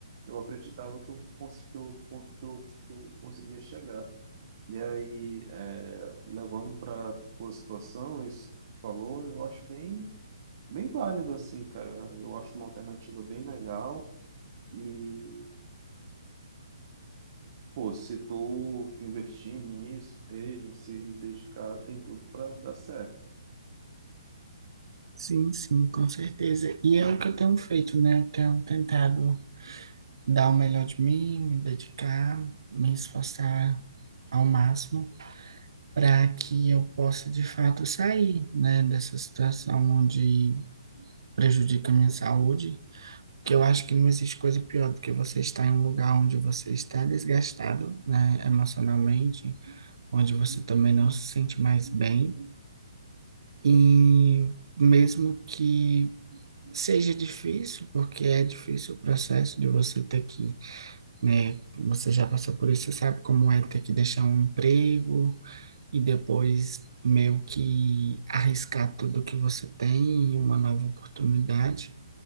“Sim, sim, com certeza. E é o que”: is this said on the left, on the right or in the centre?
Right